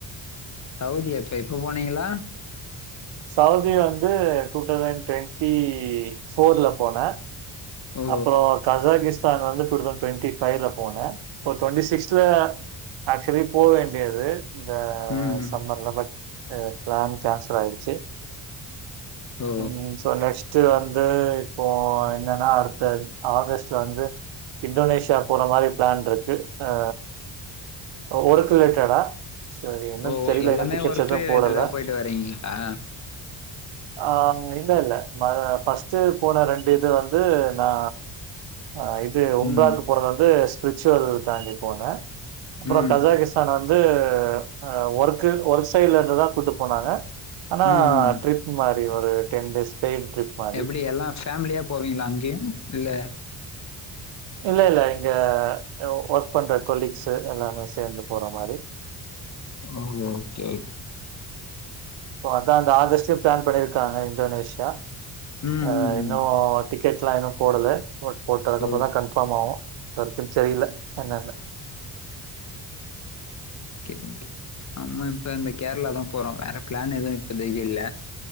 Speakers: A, on the left; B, on the right.
A: சவுதி எப்ப இப்ப போனீங்களா
B: சவுதி வந்து டூ தௌசண்ட் டுவெண்ட்டி போஃர்ல போனே
A: ஓ
B: அப்பறோ கசாகிஸ்தான் வந்து டூ தௌசண்ட் டுவெண்டி ஃபைல போனே இப்ப டுவெண்ட்டி சிக்ஸ்த்ல ஆக்சுவலி போக வேண்டியது இந்த
A: ம் ம்
B: சம்மர்ல பட் அ பிளான் கேன்சல் ஆயிருச்சு
A: ஓ
B: ம் சோ நெக்ஸ்ட் டு வந்து இப்போ என்னனா அடுத்த ஆகஸ்ட் வந்து இன்டோனேஷியா போற மாரி பிளான் இருக்கு ஆ அ ஒர்க்கு ரிலேட்டடா சார் இன்னு
A: ஓ
B: தெரியல
A: எல்லாமே
B: இன்னு டிக்கெட்ஸ்
A: ஒர்க்
B: எது
A: ரிலேட்டடா
B: போடல
A: போயிட்டு வரீங்களா
B: ஆ இன்ன இல்ல மக ஃபஸ்ட்டு போன ரெண்டு இது வந்து நா ஆ இது உம்ராக்கு
A: ம்
B: போறது வந்து ஸ்பிரிச்சுவல் தாண்டி போனே அப்றோ
A: ம்
B: கசாகிஸ்தான் வந்து அ ஒர்க்கு ஒர்க்ஸ் டெய்லருந்துதா கூட்டு போனாங்க ஆனா
A: ம்
B: ட்ரிப்பு மாரி ஒரு டென் டேஸ் ஸ்டெய்ல் ட்ரிப் மாரி
A: எப்டி எல்லா ஃபேம்லியா போவீங்ளா அங்கேயு இல்ல
B: இல்ல இல்ல இங்க அ ஒர்க் பண்ற கொலீக்ஸ்சு எல்லாருமே சேந்து போற மாரி
A: ஓ ஓகே
B: சோ அதா இந்த ஆகஸ்ட்டு பிளான் பண்ணிருக்காங்க இந்தோனேஷியா
A: ம்
B: ஆ
A: ம்
B: இன்னு
A: ம்
B: டிக்கெட்லா இன்னு போடல போட் போட்டதுக்கப்பறந்
A: ஓ
B: தா கன் ஃபாமாவு‌ இதுவரைக்கு தெரியல என்னன்னு
A: ஓகே நம்ம இப்ப இந்த கேரளா தா போறோ வேற பிளான் எதுவு இப்பதைக்கு இல்ல